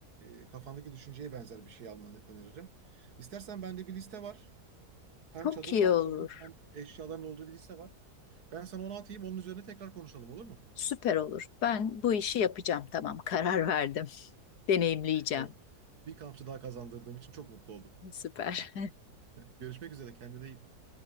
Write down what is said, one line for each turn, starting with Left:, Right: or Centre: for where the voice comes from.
Right: e, kafandaki düşünceye benzer bir şey almanı öneririm. İstersen bende bir liste var. Hem
Left: Çok
Right: çadır
Left: iyi
Right: kamplarının
Left: olur.
Right: hem eşyaların olduğu bir liste var. Ben sana onu atayım, onun üzerine tekrar konuşalım olur mu?
Left: Süper olur. Ben bu işi yapacağım. Tamam, karar verdim. <laughs> Deneyimleyeceğim.
Right: Tamam. Bir kampçı daha kazandırdığım için çok mutlu oldum.
Left: Süper.
Right: Görüşmek üzere, kendine iyi bak.